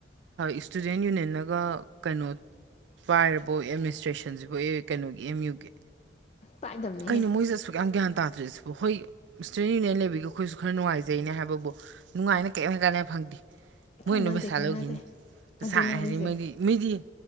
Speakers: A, on the right; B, on the left.
A: ꯏꯁꯇꯨꯗꯦꯟ ꯌꯨꯅꯤꯌꯟꯅꯒ ꯀꯩꯅꯣ ꯄꯥꯏꯔꯕꯣ ꯑꯦꯗꯃꯤꯅꯤꯁꯇ꯭ꯔꯦꯁꯟꯖꯤꯕꯨ ꯑꯦ ꯀꯩꯅꯣꯒꯤ ꯑꯦꯝ ꯌꯨꯒꯤ
B: ꯄꯥꯏꯗꯝꯅꯦꯍꯦ
A: ꯀꯩꯅꯣ ꯃꯣꯏꯖꯦ ꯑꯁꯨꯛ ꯌꯥꯝ ꯒꯌ꯭ꯥꯟ ꯇꯥꯗ꯭ꯔꯤꯁꯤꯕꯨ ꯍꯣꯏ ꯏꯁꯇꯨꯗꯦꯟ ꯌꯨꯅꯤꯌꯟ ꯂꯦꯕꯤꯒ ꯑꯩꯈꯣꯏꯁꯨ ꯈꯔ ꯅꯨꯡꯉꯥꯏꯖꯩꯅꯦ ꯍꯥꯏꯕꯕꯣ ꯅꯨꯡꯉꯥꯏꯅ ꯀꯦꯝ ꯀꯥꯟꯅ ꯐꯪꯗꯦ ꯃꯣꯏꯅ
B: ꯀꯥꯟꯅꯗꯦ
A: ꯄꯩꯁꯥ
B: ꯀꯥꯟꯅꯗꯦ
A: ꯂꯧꯒꯤꯅꯤ ꯁꯥꯥ
B: ꯑꯗꯨꯅꯦ
A: ꯍꯥꯏꯗꯤ
B: ꯍꯥꯏꯁꯦ
A: ꯃꯣꯏꯗꯤ ꯃꯤꯗꯤ